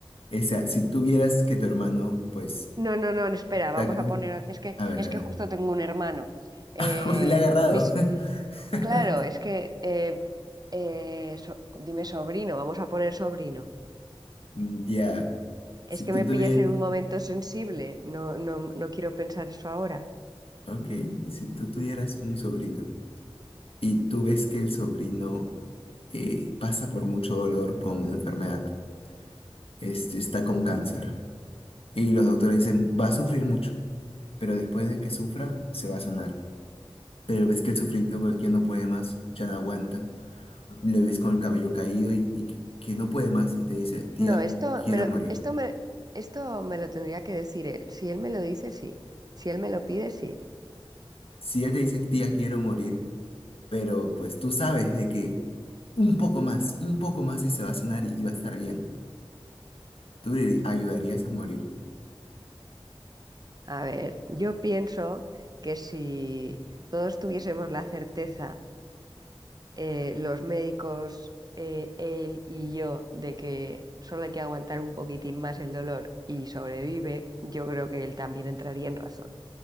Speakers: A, on the left; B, on the right.
A: O sea, si tú vieras que tu hermano, pues,
B: No, no, no, espera,
A: está
B: vamos
A: cu-
B: a poner, es que,
A: A ver,
B: es
A: a ver.
B: que justo tengo un hermano. Eh,
A: <laughs> Justo le ha agarrado.
B: mis,
A: <laughs>
B: claro, es que, eh, eh, so- dime sobrino, vamos a poner sobrino.
A: Mm, Ya,
B: Es
A: si
B: que
A: tú
B: me pillas
A: tuvieras...
B: en un momento sensible, no, no, no quiero pensar eso ahora.
A: Ok, si tú tuvieras un sobrino y tú ves que el sobrino eh, pasa por mucho dolor con una enfermedad, este está con cáncer. Y los doctores dicen, va a sufrir mucho, pero después de que sufra, se va a sanar. Pero ves que el sufrimiento ya no puede más, ya no aguanta. Le ves con el cabello caído y, y que, que no puede más y te dice, tía,
B: No, esto
A: quiero
B: me lo,
A: morir.
B: esto me, esto me lo tendría que decir él. Si él me lo dice, sí. Si él me lo pide, sí.
A: Si él te dice, tía, quiero morir, pero pues tú sabes de que un poco más, un poco más y se va a sanar y, y va a estar bien. Tú le ayudarías a morir.
B: A ver, yo pienso que si todos tuviésemos la certeza, eh, los médicos, eh, él y yo, de que solo hay que aguantar un poquitín más el dolor y sobrevive, yo creo que él también entraría en razón.